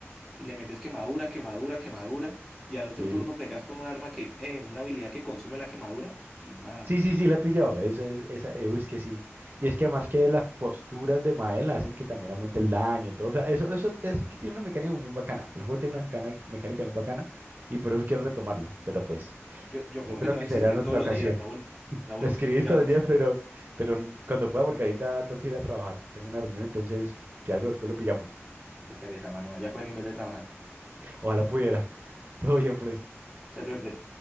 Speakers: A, in the centre; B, on the right (about 45°).
A: le metes quemadura, quemadura, quemadura, y al otro
B: Sí.
A: turno pegas con un arma que, eh, una habilidad que consume la quemadura, y mami,
B: Sí, sí, sí, la he pillado. Esa, es- esa, eh, uy, es que sí. Y es que además que las posturas de Mael hacen que también aumente el daño y todo. O sea, eso, eso es que tiene una mecánica muy bacana. El juego tiene una mecana- mecánica muy bacana y por eso quiero retomarlo. Pero pues,
A: yo, yo como
B: yo creo
A: que te
B: que
A: voy a
B: será
A: insistir
B: en otra
A: todos los
B: ocasión.
A: días, Raúl,
B: <laughs>
A: Raúl,
B: Me escribís
A: ya
B: todos
A: jugaste.
B: los días, pero, pero cuando pueda, porque ahorita tengo que ir a trabajar. Tengo una reunión, entonces, si algo después lo pillamos.
A: Qué pereza, mano, allá juegue en vez de trabajar.
B: Ojalá pudiera. <laughs> Todo bien, pues.
A: Se suerte.